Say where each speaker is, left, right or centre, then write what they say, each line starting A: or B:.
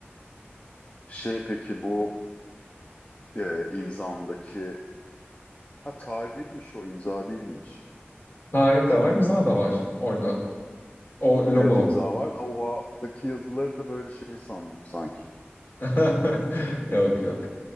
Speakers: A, on the left; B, on the left.
A: Şey peki bu e, imzandaki ha tarihmiş o imza değilmiş.
B: Tarih de var, imza da var orada. O logo.
A: Evet imza var da o alttaki yazıları da böyle şey sandım sanki.
B: <laughs> Yok yok.